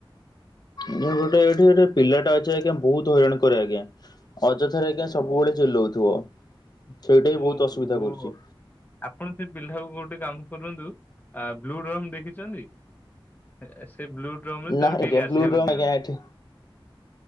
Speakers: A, on the left; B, on the left.
A: ଗୋଟେ ଏଠି ଗୋଟେ ପିଲାଟା ଅଛି ଆଜ୍ଞା ବହୁତ ହଇରାଣ କରେ ଆଜ୍ଞା, ଅଯଥାରେ ଆଜ୍ଞା ସବୁବେଳେ ଚିଲଉଥିବ, ସେଇଟା ବି
B: ଓହୋ
A: ବହୁତ ଅସୁବିଧା କରୁଛି।
B: ଆପଣ ସେ ପିଲାକୁ ଗୋଟେ କାମ କରନ୍ତୁ, ଆ ବ୍ଲୁମ ଡ୍ରମ୍ ଦେଖିଛନ୍ତି? ଆ ସେ ବ୍ଲୁ ଡ୍ରମରେ
A: ନା
B: ତାକୁ ଟିକେ
A: ଆଜ୍ଞା
B: ଗାଧେଇଆକୁ
A: ବ୍ଲୁ ଡ୍ରମ୍
B: ଦିଅନ୍ତୁ।
A: ଆଜ୍ଞା ଏଠି।